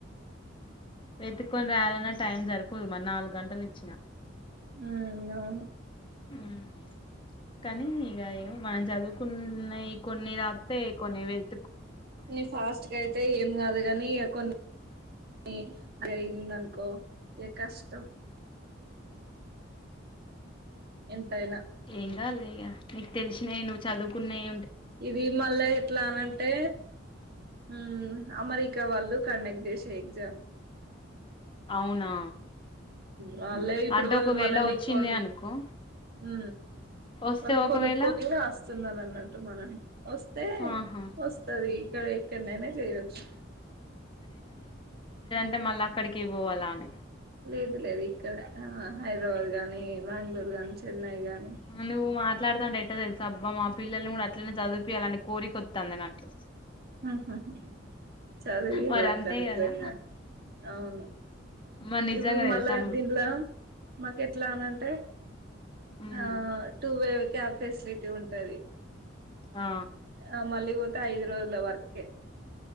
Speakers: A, on the left (about 25°); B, on the right (about 55°).
A: వెతుక్కొని రాయాలన్నా టైం సరిపోదు మరి నాలుగు గంటలు ఇచ్చిన
B: ఉమ్ అవును
A: ఉమ్ కానీ ఇక ఏమో మనం చదువుకున్నయి కొన్ని రాస్తే కొన్ని వెళ్
B: కొన్ని ఫాస్ట్ అయితే ఏం కాదు గాని న కొన్నీ అ ఇంద అనుకో ఏ కష్టం ఎంత అయిన
A: ఏం నీకు తెలిసినాయి నువ్వు చదువుకున్నాయి
B: ఇది మళ్ళా ఎట్లా అనంటే హ అమెరికా వాళ్ళు కండక్ట్ చేసే ఎగ్జామ్
A: అవునా
B: వాళ్ళే ఇప్పుడు
A: అంటే
B: వాళ్ళు
A: ఒకవేళ
B: మనల్ని
A: వచ్చింది
B: కొ
A: అనుకో
B: హు
A: వస్తే
B: వాళ్ళు
A: ఒకవేళ
B: కొనుక్కొని రాస్తున్నారు, లేపోతే మానేయ్, వస్తే
A: ఆహా
B: వస్తది ఇక్కడ ఇక్కనైన చేయొచ్చు
A: అంటే మళ్ళ అక్కడికి పోవాల అని
B: లేదు లేదు ఇక్కడ హైదరాబాద్ గానీ బెంగుళూర్ గాని చెన్నై గాని
A: నువు మాట్లాడతాంటె ఎట్టా తెలుసు అబ్బా మా పిల్లల్ని కూడా అట్లనే చదివిపియాలని కోరిక వత్తంది నాకు
B: ఆహా చదివియ్యాలే
A: మరి
B: అక్క
A: అంతే
B: నిజంగా
A: కదా
B: అవును
A: మరి నిజంగా
B: ఇప్పుడు
A: తెలుసా
B: మళ్ళ దీంట్ల మాకు ఎట్లా అని అంటే
A: మ్మ్
B: ఆ టూ వే క్యాబ్ ఫెసిలిటీ ఉంటది
A: ఆ
B: ఆ మళ్ళీ పోతే ఐదు రోజు ల వర్క్ కె